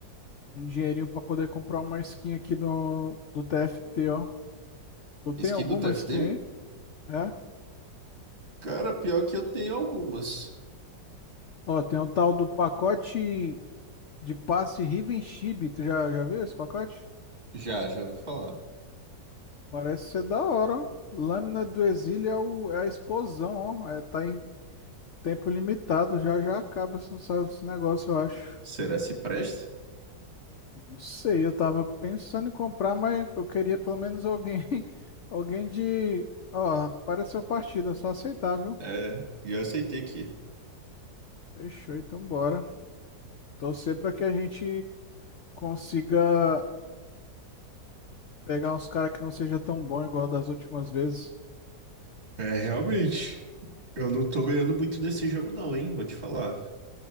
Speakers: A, on the left; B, on the right.
A: um dinheirinho pra poder comprar uma skin aqui do, do TFT, ó. Tu tem
B: Skin
A: alguma
B: do TFT?
A: skin aí? É?
B: Cara, pior que eu tenho algumas.
A: Ó, tem o tal do pacote De passe Riven Chibi, tu já, já viu esse pacote?
B: Já, já ouvi falar.
A: Parece ser da hora, ó. Lâmina do Exílio é, o- é a explosão, ó. É, tá em tempo limitado, já já acaba esse, esse negócio, eu acho.
B: Será se presta?
A: Não sei, eu tava pensando em comprar, mas eu queria pelo menos alguém, <laughs> alguém de... Ó, apareceu partida, só aceitar, viu?
B: É, já aceitei aqui.
A: Fechou, então bora. Torcer pra que a gente consiga pegar uns caras que não seja tão bom igual das últimas vezes.
B: É, realmente. Eu não tô ganhando muito nesse jogo, não, hein? Vou te falar.